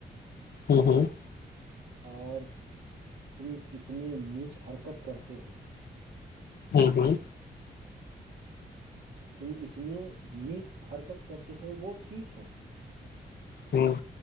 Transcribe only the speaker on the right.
اور تم اتنے نیچ حرکت کرتے ہو
تم اتنی ن حرکت کرتے ہیں وہ ٹھیک ہے